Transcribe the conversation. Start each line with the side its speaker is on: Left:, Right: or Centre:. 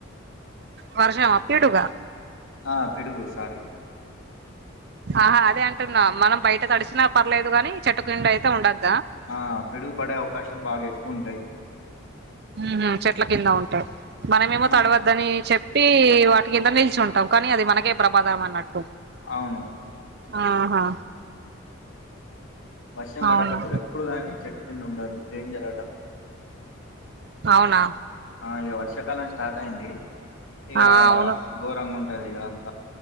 Right: వర్షమా పిడుగా
Left: ఆ పిడుగు సారీ
Right: ఆహా అదే అంటున్నా మనం బయట తడిశినా పర్లేదు గానీ చెట్టు కిండ అయితే ఉండొద్ద్.
Left: ఆ పిడుగు పడే అవకాశాల్ బాగా ఎక్కువ ఉంటాయి.
Right: ఊహు చెట్ల కింద ఉంటే మనమేమో
Left: ఆ
Right: తడవద్దనీ చెప్ ట్టీ వాటి కింద నిల్చుంటం కానీ అది మనకే ప్రభాదం అన్నట్టు.
Left: అవును
Right: ఆహా
Left: వర్షం పడేటప్పుడు
Right: అవును
Left: ఎప్పుడు గానీ చెట్టు కింద ఉండొద్దు డేంజర్ అటా.
Right: అవునా
Left: ఆ ఇగ వర్షాకాలం స్టార్ట్ అయిందీ ఇగా
Right: ఆ అవును
Left: గోరంగ ఉంటది ఇగా అంతా.